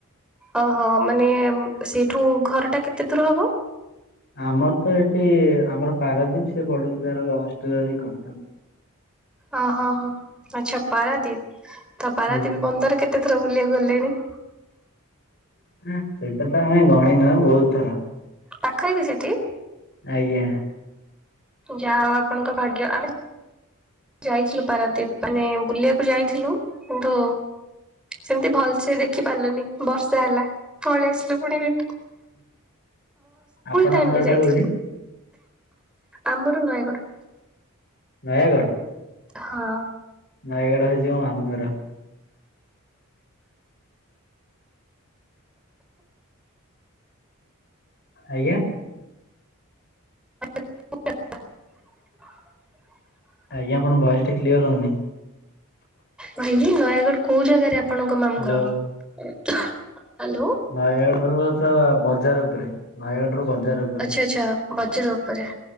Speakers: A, in the centre; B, on the left.
A: ଓହୋ ମାନେ ସେଇଠୁ ଘରଟା କେତେ ଦୂର ହବ?
B: ଆମର ତ ଏଠି ଆମର ପାରାଦୀପ ସେ ପଢୁଛି ତାର ହଷ୍ଟେଲରେ ରହିକି କଟକ।
A: ଓହୋ ହୋ ଆଚ୍ଛା ପାରାଦ୍ୱୀପ ତ ପାରାଦ୍ୱୀପ
B: ଆଜ୍ଞା
A: ବନ୍ଦର କେତେ କେତେ ଥର ବୁଲିବାକୁ ଗଲେଣି?
B: ସେଇଟା ତ ଆମେ ଗଣିନୁ ଆ ବହୁତ ଥର।
A: ପାଖରେ କି ସେଠି?
B: ଆଜ୍ଞା।
A: ଯାହା ହଉ ଆପଣଙ୍କ ଭାଗ୍ୟ ଆମେ ଯାଇଥିଲୁ ପାରାଦ୍ୱୀପ ମାନେ ବୁଲିବାକୁ ଯାଇଥିଲୁ କିନ୍ତୁ ସେମିତି ଭଲସେ ଦେଖିପାରିଲୁନି ବର୍ଷା ହେଲା ପଳେଇ ଆସିଲୁ ପୁଣି ରି
B: ଆପଣଙ୍କ
A: ଟାଇମରେ
B: ଘରଟା
A: ଯାଇଥିଲି
B: କୋଉଠି?
A: ଆମର ନୟାଗଡ଼।
B: ନୟାଗଡ?
A: ହଁ।
B: ନୟାଗଡ ହେଇଚି ହଉଚି ମୋ ମାମୁଁ ଘର। ଆଜ୍ଞା
A: <inaudible>
B: ଆଜ୍ଞା ଆପଣ ଭଏସ ଟା କ୍ଲିୟ ହଉନି?
A: କହିଲି ନୟାଗଡ କୋଉ ଜାଗାରେ ଆପଣଙ୍କ ମାମୁ
B: ହ୍ୟାଲୋ
A: ଘଅ‌। ଅଧା ହାଲୋ
B: ନୟାଗଡ ରର ବଜାର ଉପରେ ନୟାଗଡ ର ବଜାର ଉ
A: ଆଚ୍ଛା ଆଚ୍ଛା ବଜାର ଉପରେ